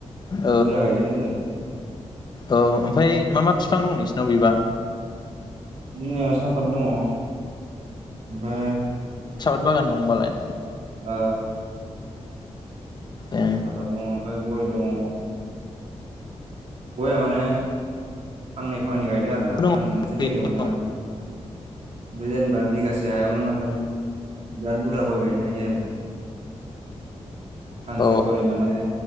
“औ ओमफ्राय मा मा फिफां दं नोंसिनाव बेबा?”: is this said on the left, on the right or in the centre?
Left